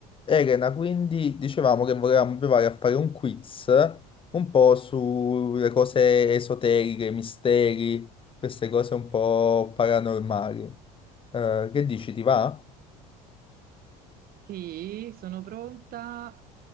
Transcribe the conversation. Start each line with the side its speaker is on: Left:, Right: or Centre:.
Left: Elena, quindi dicevamo che volevamo provare a fare un quiz un po' sulle cose esoteriche, misteri, queste cose un po' paranormali. Eh, che dici, ti va?
Right: Sì, sono pronta.